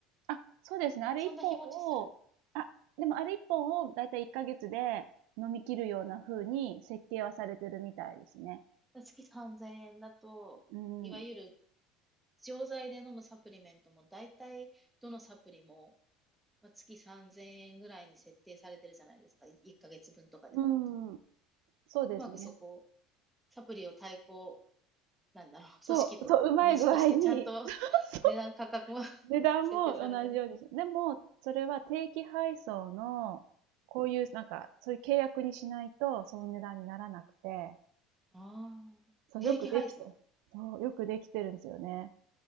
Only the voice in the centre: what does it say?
そんな日持ちする
月3000円だと、
いわゆる錠剤で飲むサプリメントも大体どのサプリも、まあ、月3000円ぐらいに設定されてるじゃないですか。1ヶ月分とかで買うと。
うまくそこ、サプリを対抗なんだろう、組織と認識して、
ちゃんと
<laughs>
値段価格も <laughs>
設定されてる。
ああ。
定期配送